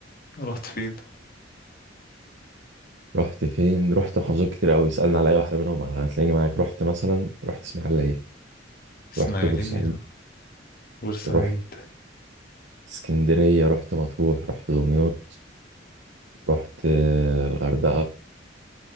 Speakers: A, on the left; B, on the right.
A: رحت فين
B: رحت فين رحت محافظات كتير قوي اسألني على أي واحدة منهم هتلاقيني معاك رحت مثلا رحت إسماعيلية
A: اسماعيلية
B: رحت بورسعيد
A: بورسعيد
B: رحت اسكندرية رحت مطروح رحت دمياط رحت آه، الغردقة